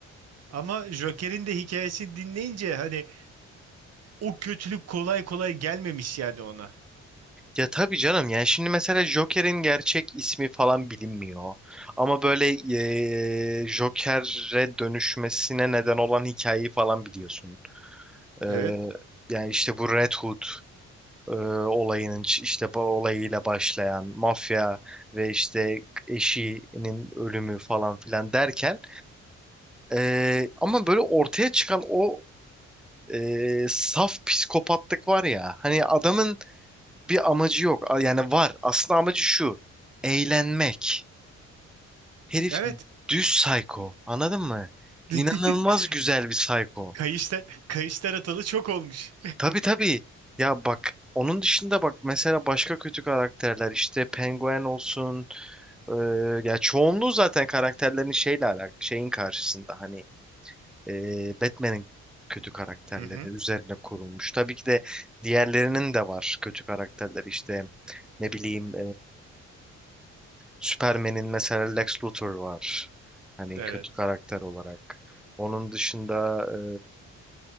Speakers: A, on the right (about 55°); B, in the centre.
A: Ama Joker'in de hikayesini dinleyince hani o kötülük kolay kolay gelmemiş yani ona.
B: Ya tabii canım yani şimdi mesela Joker'in gerçek ismi falan bilinmiyor. Ama böyle eee, Joker'e dönüşmesine neden olan hikayeyi falan biliyorsun. Eee,
A: Evet.
B: yani işte bu Red Hood eee, olayının ç- işte bu olayıyla başlayan mafya ve işte eşinin ölümü falan filan derken eee, ama böyle ortaya çıkan o eee, saf psikopatlık var ya hani adamın bir amacı yok. A- Yani var. Aslında amacı şu. Eğlenmek. Herif
A: Evet.
B: düz psycho. Anladın mı?
A: <laughs>
B: İnanılmaz güzel bir psycho.
A: Kayışta, kayışlar atalı çok olmuş.
B: Tabii tabii. Ya bak onun dışında bak mesela başka kötü karakterler işte penguen olsun. Ee, ya çoğunluğu zaten karakterlerin şeyle alakalı şeyin karşısında hani e, Batman'in kötü karakterleri
A: Hı hı.
B: üzerine kurulmuş. Tabii ki de diğerlerinin de var kötü karakterler işte ne bileyim Superman'in mesela Lex Luthor var. Hani
A: Evet.
B: kötü karakter olarak. Onun dışında e,